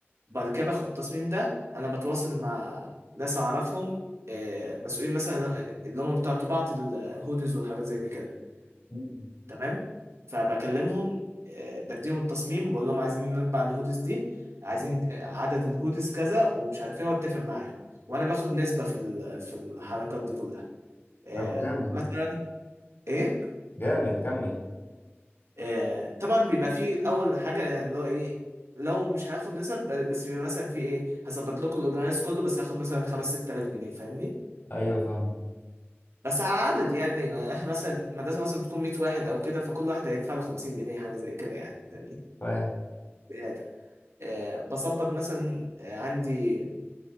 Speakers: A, on the right; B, on the left.
A: وبعد كده باخد التصميم ده انا بتواصل مع ناس اعرفهم آه، مسؤولين مثلا اللي هم بتوع طباعة الهودز والحاجات زي كده
B: مم.
A: تمام فبكلمهم آه، بديهم التصميم بقول لهم عايزين نطبع الهودز دي عايزين آه، عدد الهودز كذا ومش عارف ايه واتفق معاهم وانا باخد نسبة في ال- في الحركات دي كلها آه،
B: طب جامد
A: مثلا ايه
B: جامد كمل
A: آه، طبعا بيبقى فيه اول حاجه يعني اللي هو ايه لو مش هياخد نسب بس بيبقى مثلا في ايه هظبط لكم الاورجنايز كله بس هاخد مثلا 5 6000 جنيه فاهمني
B: ايوه فاهم
A: بس على عدد يعني يعني احنا مثلا المدرسه مثلا بتكون 100 واحد او كده فكل واحد هيدفع له 50 جنيه حاجه زي كده يعني فاهمني
B: فاهم
A: زياده آه، بظبط مثلا آه، عندي